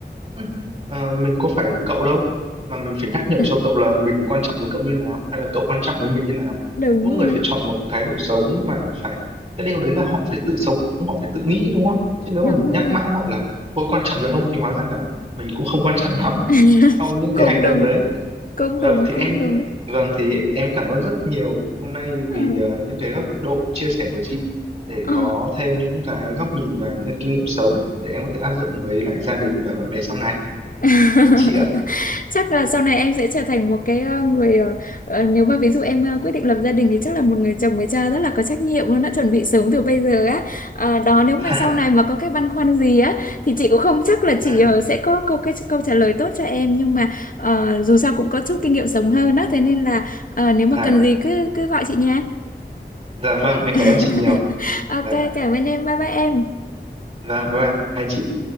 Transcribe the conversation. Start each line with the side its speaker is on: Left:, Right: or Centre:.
Right: "Ừ, ờ, mình có phải cậu đâu mà mình phải nhắc nhở
Left: à,
Right: cho cậu là mình quan trọng với cậu như nào hay là cậu quan trọng với mình như nào
Left: đúng
Right: mỗi
Left: rồi
Right: người phải chọn một thái độ sống và phải cái điều đấy là họ phải tự sống họ phải tự nghĩ đúng không chứ nếu
Left: đúng
Right: mà mình
Left: rồi
Right: nhắc mãi họ là tôi quan trọng với ông thì hóa ra là mình cũng không quan trọng <laughs> lắm
Left: <laughs>
Right: sau những
Left: cũng
Right: cái hành
Left: đúng
Right: động đấy
Left: cũng
Right: Vâng
Left: đúng
Right: thì
Left: cũng
Right: em
Left: đúng
Right: vâng thì em cảm ơn rất nhiều hôm nay
Left: Ờ,
Right: vì ờ, những cái góc độ chia sẻ của chị để
Left: ờ.
Right: có thêm những cái góc nhìn và những cái kinh nghiệm sống để em có thể áp dụng với lại gia đình và bạn bè sau này.
Left: <laughs>
Right: Cảm ơn chị ạ.
Left: chắc là sau này em sẽ trở thành một cái ờ, người ờ, ờ, nếu mà ví dụ em ờ, quyết định lập gia đình thì chắc là một người chồng người cha rất là có trách nhiệm luôn đã chuẩn bị sớm từ bây giờ á Ờ, đó nếu
Right: <laughs>
Left: mà sau này mà có cái băn khoăn gì á thì chị cũng không chắc là
Right: Dạ,
Left: chị ờ, sẽ có câu cái câu trả lời tốt cho em nhưng mà ờ, dù sao cũng có chút kinh nghiệm sống hơn đó thế nên là ờ,
Right: dạ,
Left: nếu mà
Right: dạ,
Left: cần gì cứ cứ gọi chị nha
Right: dạ vâng, em
Left: <laughs>
Right: cảm ơn chị nhiều.
Left: ok
Right: Dạ,
Left: cảm ơn em bye bye em
Right: vâng, bye bye chị.